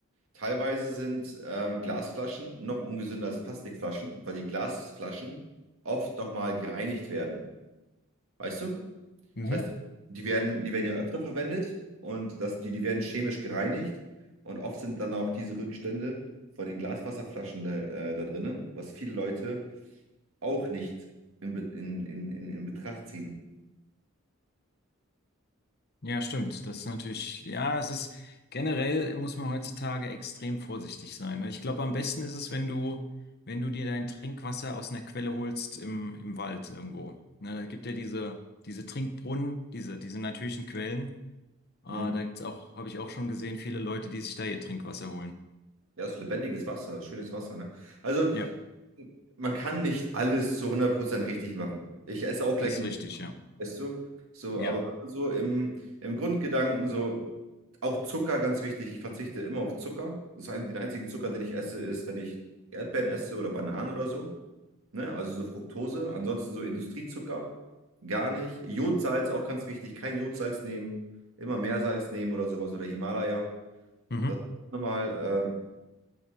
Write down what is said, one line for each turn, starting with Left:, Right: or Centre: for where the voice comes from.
Right: Teilweise sind ähm, Glasflaschen noch ungesünder als Plastikflaschen, weil die Glasflaschen oft nochmal gereinigt werden. Weißt du?
Left: Mhm.
Right: Das heißt, die werden, die werden ja öfter verwendet und das, die, die werden chemisch gereinigt. Und oft sind dann auch diese Rückstände von den Glaswasserflaschen da, äh, da drin, was viele Leute auch nicht in, Be- in, in, in, in Betracht ziehen.
Left: Ja, stimmt. Das ist natürlich, ja, es ist generell muss man heutzutage extrem vorsichtig sein. ne? Ich glaube, am besten ist es, wenn du, wenn du dir dein Trinkwasser aus einer Quelle holst im, im Wald irgendwo. Ne, da gibt ja diese, diese Trinkbrunnen, diese, diese natürlichen Quellen. Äh,
Right: Mhm.
Left: da gibt's auch, habe ich auch schon gesehen, viele Leute, die sich da ihr Trinkwasser holen.
Right: Ja, das ist lebendiges Wasser, das ist schönes Wasser, ne? Also,
Left: Ja,
Right: man kann nicht alles zu hundert Prozent richtig machen. Ich esse auch gleich
Left: das
Right: einen
Left: ist richtig,
Right: Döner,
Left: ja.
Right: weißt du? So,
Left: Ja.
Right: aber wenn man so im, im Grundgedanken so, auch Zucker, ganz wichtig, ich verzichte immer auf Zucker. Das heißt, den einzigen Zucker, den ich esse, ist, wenn ich Erdbeeren esse oder Bananen oder so. Ne? Also so Fructose. Ansonsten so Industriezucker, gar nicht. Jodsalz, auch ganz wichtig, kein Jodsalz nehmen. Immer Meersalz nehmen oder sowas oder Himalaya.
Left: Mhm.
Right: Das ist auch nochmal ähm,